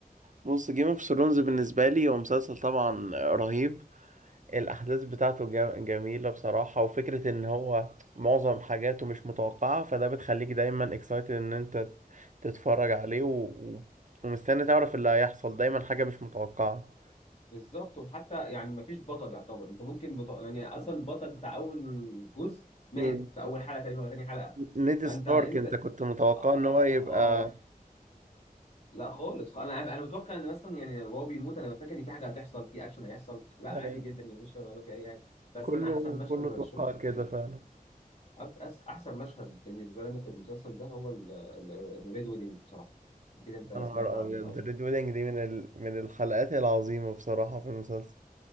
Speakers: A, on the right (about 55°); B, on the left (about 40°).
A: بص جيم اوف ثرونز بالنسبه لي هو مسلسل طبعا رهيب الاحداث بتاعته جم- جميله بصراحه وفكره ان هو معظم حاجاته مش متوقعه فده بتخليك دايما اكسايتد ان انت تتفرج عليه و... و- ومستني تعرف اللي هيحصل دايما حاجه مش متوقعه
B: بالظبط وحتى يعني مفيش بطل يعتبر انت ممكن مت... يعني اصلا البطل بتاع اول جزء مات
A: ب-
B: في اول حلقه تقريبا ولا تاني حلقه
A: نيد
B: فانت
A: ستارك
B: انت
A: انت
B: آه,
A: كنت متوقع
B: آه,
A: ان هو يبقى
B: آه آه. لا خالص انا انا متوقع ان مثلا يعني وهو بيموت انا فاكر ان في حاجه هتحصل في اكشن هيحصل لا
A: أي.
B: عادي جدا يا باشا ولا في اي حاجه بس
A: كله
B: انا احسن مشهد
A: كله
B: انا
A: توقع
B: شفته
A: كده
B: في ال-
A: فعلا
B: أكت- أس- احسن مشهد بالنسبه لنا في المسلسل ده هو الريد ويدنج بصراحه اكيد انت سمعت
A: يا نهار
B: عنه
A: ابيض
B: طبعا
A: الريد ويدنج دي من ال... من الحلقات العظيمه بصراحه في المسلسل